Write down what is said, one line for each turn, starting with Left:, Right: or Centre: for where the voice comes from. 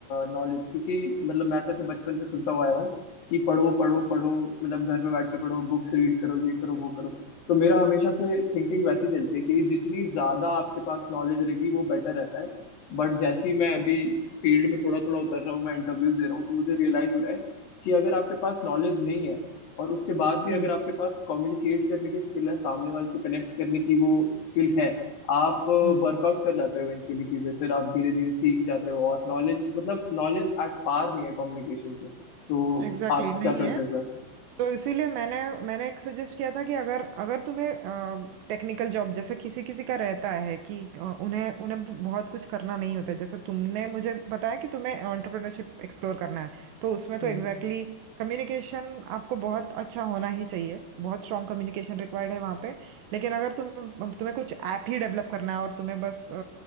Left: नॉलेज क्योंकि मतलब मैं तो ऐसे बचपन से सुनता हुआ आया हूँ कि पढ़ो पढ़ो पढ़ो मतलब घर में बैठ के पढ़ो बुक्स रीड करो ये करो वो करो तो मेरा हमेशा से थिंकिंग वैसी चलती है कि जितनी ज्यादा आपके पास नॉलेज रहेगी वो बेटर रहता है बट जैसे ही मैं अभी फील्ड में थोड़ा थोड़ा उतर रहा हूँ मैं इंटरव्यूज दे रहा हूँ तो मुझे रियलाइज हो रहा है कि अगर आपके पास नॉलेज नहीं है और उसके बाद भी अगर
Right: हम्म
Left: आपके पास कम्युनिकेट करने की स्किल है सामने वाले से कनेक्ट करने की वो स्किल है आप
Right: हम्म
Left: वर्कआउट कर जाते हो इवेंचुअली चीजें फिर आप धीरे धीरे सीख जाते हो और नॉलेज मतलब नॉलेज एट पार नहीं है कम्युनिकेशन के तो
Right: एग्जैक्टली
Left: आप
Right: exactly,
Left: क्या
Right: नहीं
Left: सोचते
Right: है
Left: हो इस बात पे
Right: तो इसीलिए मैंने मैंने एक सजेस्ट किया था कि अगर अगर तुम्हें टेक्निकल जॉब जैसे किसी किसी का रहता है कि अ, उन्हें उन्हें बहुत कुछ करना नहीं होता है। जैसे तुमने मुझे बताया कि तुम्हें एंटरप्रेन्योरशिप एक्सप्लोर करना है तो उसमें तो
Left: हम्म
Right: एग्जैक्टली exactly कम्युनिकेशन आपको बहुत अच्छा होना ही चाहिए बहुत स्ट्रांग कम्युनिकेशन रिक्वायर्ड है वहाँ पे लेकिन अगर तुम तुम्हें कुछ ऐप ही डेवलप करना है और तुम्हें बस